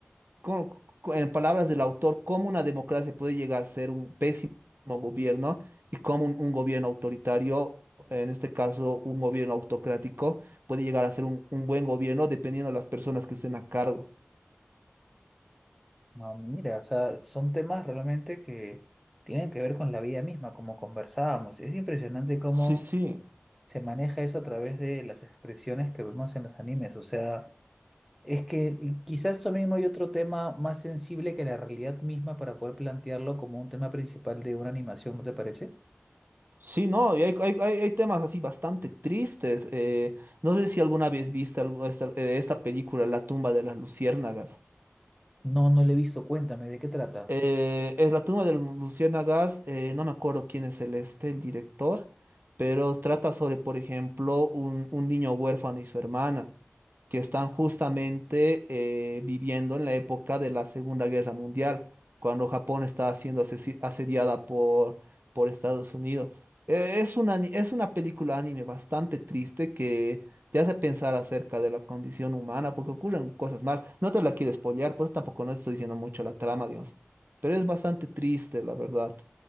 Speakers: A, on the right; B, in the centre.
A: cómo- cu- en palabras del autor, cómo una democracia puede llegar a ser un pésimo gobierno y cómo un, un gobierno autoritario, en este caso un gobierno autocrático, puede llegar a ser un un buen gobierno dependiendo de las personas que estén a cargo.
B: No, mira, o sea, son temas realmente que tienen que ver con la vida misma, como conversábamos. Es impresionante cómo
A: Sí, sí.
B: se maneja eso a través de las expresiones que vemos en los animes. O sea, Es que quizás eso mismo hay otro tema más sensible que la realidad misma para poder plantearlo como un tema principal de una animación, ¿no te parece?
A: Sí, no, y hay, hay- hay- hay temas así bastante tristes. eh, no sé si alguna vez viste algo- esta, eh, esta película, La tumba de las luciérnagas.
B: No, no le he visto. Cuéntame, ¿de qué trata?
A: Eh, es la tumba de los luciérnagas, eh, no me acuerdo quién es el este, el director, pero trata sobre, por ejemplo, un, un niño huérfano y su hermana, que están justamente eh, viviendo en la época de la Segunda Guerra Mundial, cuando Japón está siendo asesi- asediada por, por Estados Unidos. Eh, es una, ani- es una película anime bastante triste que te hace pensar acerca de la condición humana, porque ocurren cosas mal. No te la quiero spoilear, por eso tampoco no estoy diciendo mucho la trama, dios. Pero es bastante triste, la verdad.